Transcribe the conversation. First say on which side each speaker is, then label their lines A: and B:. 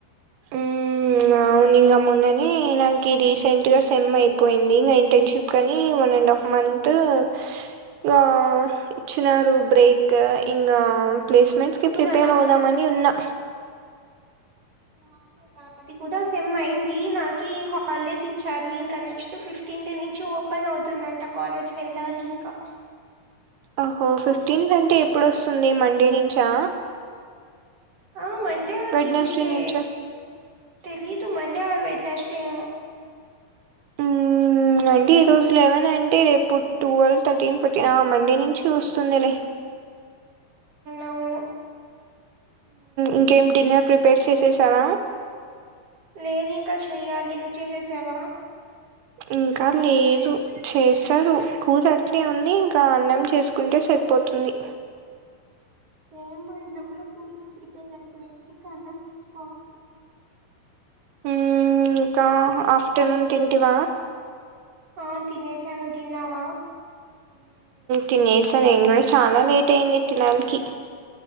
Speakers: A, on the right (about 85°); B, on the right (about 55°).
A: హు అవును ఇంక మొన్నని నాకి రీసెంట్ గా సెమ్ అయిపోయింది ఇంకా ఇంటర్న్షిప్ కని ఎండ్ ఆఫ్ మంతూ ఇంగా ఇచ్చినారు బ్రేక్ ఇంగా ప్లేస్మెంట్స్ కి
B: అవునా
A: ప్రిపేర్
B: నాకు
A: అవుదామని ఉన్నా
B: <inaudible> అది కూడా సెమ్ అయింది నాకి హాలిడేస్ ఇచ్చారు ఇంకా నెక్స్ట్ ఫిఫ్ట్ <unintelligible> నుంచి ఓపెన్ అవుతుందంట కాలేజ్ వెళ్ళాలి ఇంకా
A: అహో ఫిఫ్టీన్త్ అంటే ఎప్పుడుస్తుంది మండే నుంచా
B: ఆ మండే ఆర్
A: వెడ్‌నెస్‌డే
B: ట్యూస్డే
A: నుంచా?
B: తెలిదు <unintelligible> <unintelligible> వెడ్నెస్డేమో
A: ఉ అంటే ఈరోజు లెవెన్ అంటే రేపు టువెల్వ్ థర్టీన్ ఫర్టీన్ ఆ మండే నుంచి వస్తుందిలే
B: అవును
A: ఇంకేమి డిన్నర్ ప్రిపేర్ చేసేసావ
B: లేదు ఇంకా చెయ్యాలి నువ్వు చేసేసావ
A: ఇంకా లేదు చేస్తారు కూర అట్లే ఉంది ఇంకా అన్నం చేసుకు ఉంటే సరిపోతుంది
B: సేమ్ మా ఇంట్లో కూడా కూరే ప్రిపేర్ అయిపోయింది ఇంకా అన్నం చేసుకోవాలి
A: ఇంకా ఆఫ్టర్నూన్ తింటివ
B: ఆ తినేసాను నువ్వు తిన్నావ
A: తినేసా నేను కూడ చానా లేట్ అయింది తినాలికి